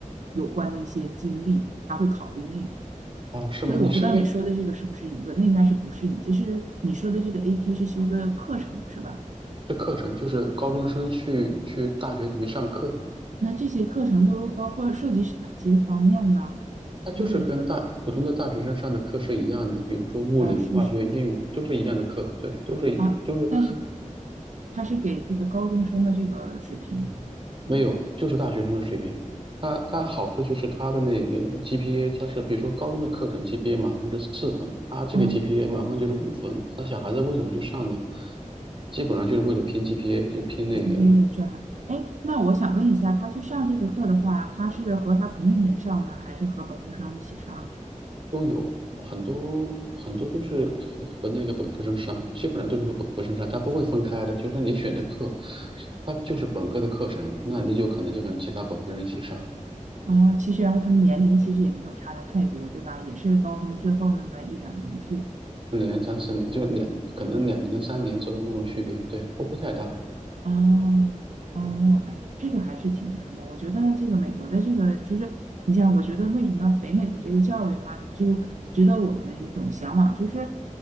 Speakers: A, on the right; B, on the right.
A: 有关的一些经历，他会考虑那个。
B: 哦，是吗？
A: 所以我不知道你说的这个是不是一个，
B: 你身边
A: 那应该是不是你？就是你说的这个 AP 是修的课程是吧？
B: 的课程就是高中生去去大学里面上课。
A: 那这些课程都包括涉及哪些方面呢？
B: 它就是跟大普通的大学生上的课是一样的，
A: 就是
B: 比如说物理、
A: 啊，数学
B: 化学、英语都是一样的课，对，都是一都是
A: 啊，但是他是给这个高中生的这个水平，
B: 没有，就是大学生的水平。它它好处就是它的那个 GPA，它是比如说高中的课程 GPA 满分是四分，它这个
A: 嗯
B: GPA 满分就是五分。那小孩子为什么去上呢？基本上就是为了拼 GPA，就拼那个
A: s P a 这样。哎，那我想问一下，他去上这个课的话，他是和他同龄人上呢，还是和本科生一起上？
B: 都有很多很多都是和和那个本科生上，基本上都是和本科生上，它不会分开的。就是说你选的课，它就是本科的课程，那你就可能就跟其他本科生一起上，
A: 啊，其实然后他们年龄其实也没有差的太多，对吧？也是高中最后那么一两年去
B: 两年、三四年，就两可能两年、三年左右那种区别，对，不会太大。
A: 哦哦，
B: 对
A: 哎，这个还是挺那什么。我觉得这个美国的这个就是，你像我觉得为什么北美的这个教育哈，就值得我们一种向往，就是